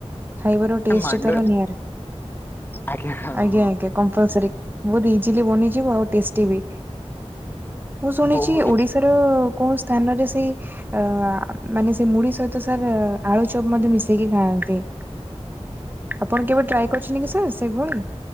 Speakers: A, on the right (about 20°); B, on the left (about 20°).
A: ଖାଇବା ର ଟେଷ୍ଟ
B: ମାଣ୍ଡ
A: ତାର ନିଆରା।
B: ଆଜ୍ଞା ହଁ
A: ଆଜ୍ଞା
B: ହଁ
A: ଆଜ୍ଞା। କମ୍ପଲସରି ବହୁ ଇଜିଲି ବନିଯିବ ଆଉ ଟେଷ୍ଟୀ ବି। ମୁଁ ଶୁଣିଛି
B: ବହୁତ।
A: ଓଡିଶାର କୋଉ ସ୍ଥାନରେ ସେଇ ଅ ମାନେ ସେ ମୁଢି ସହିତ ସାର୍ ଆଳୁଚପ୍ ମଧ୍ୟ ମିଶେଇକି ଖାଆନ୍ତି। ଆପଣ କେବେ ଟ୍ରାଏ କରିଛନ୍ତି କି ସାର୍ ସେଇଭଳି?